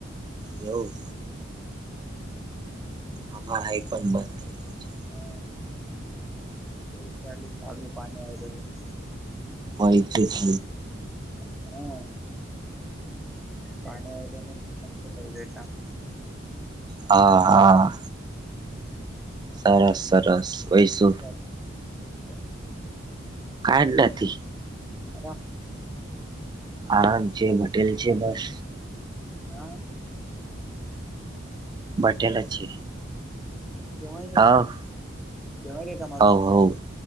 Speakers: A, on the right; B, in the centre.
A: એવું.
B: હમ.
A: હ, ભરાઈ પણ બંધ. ગઈ છે
B: હા, એ ચા, સાબું, પાણી આવી રહ્યું છે.
A: હોય છે જ.
B: હા, પાણી મસ્ત થ
A: હા, હા. સરસ, સરસ. વૈસુ
B: ચાલ બ શી ત <unintelligible>
A: કાંઈ નથી.
B: હરા.
A: આરામ છે, બથેલા છે બસ.
B: હા.
A: બેથેલા છે.
B: જવાય નહીં.
A: હવ
B: જવાય કંઈ તમારું
A: હવ હવ